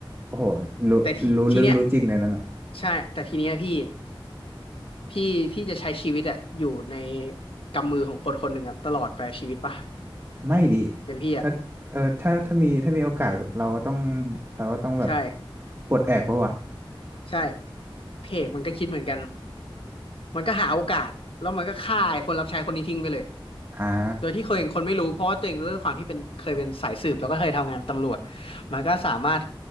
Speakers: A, on the right; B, on the left.
A: โอ้โหรู้รู้ลึกรู้จริงเลยนั่นน่ะ
B: แต่ทีทีเนี้ยใช่แต่ทีเนี้ยพี่พี่พี่จะใช้ชีวิตอะอยู่ในกำมือของคนคนหนึ่งอะตลอดไปชีวิตปะ
A: ไม่ดี
B: เป็นพี่อะ
A: ถ้าเออถ้าถ้ามีถ้ามีโอกาส เราก็ต้อง เราก็ต้องแบบ
B: ใช่
A: ปลดแอกปะวะ
B: ใช่พี่เอกมันก็คิดเหมือนกัน มันก็หาโอกาสแล้วมันก็ฆ่าไอ้คนรับใช้คนนี้ทิ้งไปเลย
A: อ่า
B: โดยที่เคยเห็นคนไม่รู้เพราะว่าตัวเองด้วยความที่เป็นเคยเป็นสายสืบแล้วก็เคยทำงานตำรวจมันก็สามารถ